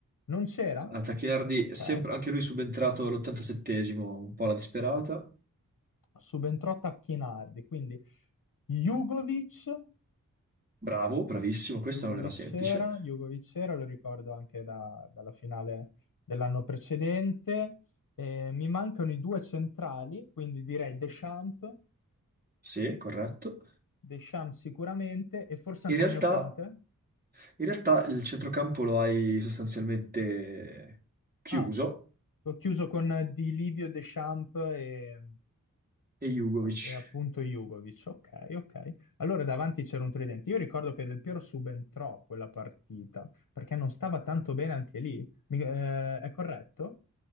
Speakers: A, on the left; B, on the right.
A: non c'era?
B: a Tacchinardi,
A: Ok.
B: sempre, anche lui subentrato all'87esimo, un po' alla disperata,
A: Su- Subentrò Tacchinardi, quindi Jugovic,
B: bravo, bravissimo, questa
A: Jugovic
B: non era semplice,
A: c'era, Jugovic c'era, lo ricordo anche da- dalla finale dell'anno precedente. Eh, mi mancano i due centrali, quindi direi Deschamps,
B: sì, corretto.
A: Deschamps sicuramente, e forse
B: In
A: Antonio
B: realtà,
A: Conte.
B: in realtà il centrocampo lo hai sostanzialmente chiuso
A: Ah, ho chiuso con Di Livio Deschamps e
B: e Jugovic.
A: E appunto Jugovic, ok, ok. Allora davanti c'era un tridente. Io ricordo che Del Piero subentrò quella partita perché non stava tanto bene anche lì. Mi- eh, è corretto?